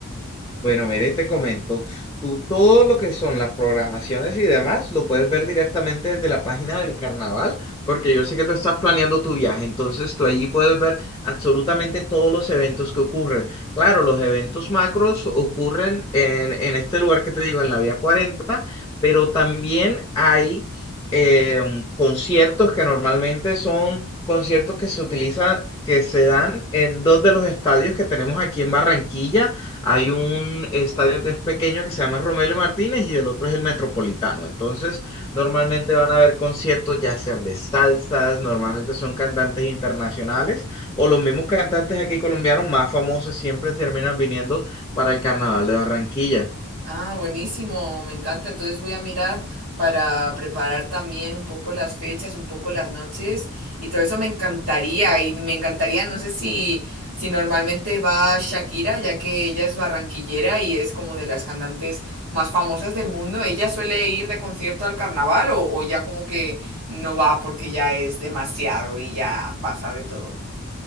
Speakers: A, on the left; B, on the right.
A: Bueno, mire te comento, tú todo lo que son las programaciones y demás lo puedes ver directamente desde la página del carnaval, porque yo sé que tú estás planeando tu viaje, entonces tú allí puedes ver absolutamente todos los eventos que ocurren. Claro, los eventos macros ocurren en, en este lugar que te digo, en la Vía cuarenta pero también hay em, conciertos que normalmente son conciertos que se utilizan, que se dan en dos de los estadios que tenemos aquí en Barranquilla hay un estadio que es pequeño que se llama Romelio Martínez y el otro es el Metropolitano. Entonces, normalmente van a haber conciertos ya sean de salsas, normalmente son cantantes internacionales o los mismos cantantes aquí colombianos más famosos siempre terminan viniendo para el Carnaval de Barranquilla.
B: Ah, buenísimo, me encanta. Entonces voy a mirar para preparar también un poco las fechas, un poco las noches y todo eso me encantaría y me encantaría, no sé si si normalmente va Shakira, ya que ella es barranquillera y es como de las cantantes más famosas del mundo. ¿Ella suele ir de concierto al carnaval o, o ya como que no va porque ya es demasiado y ya pasa de todo?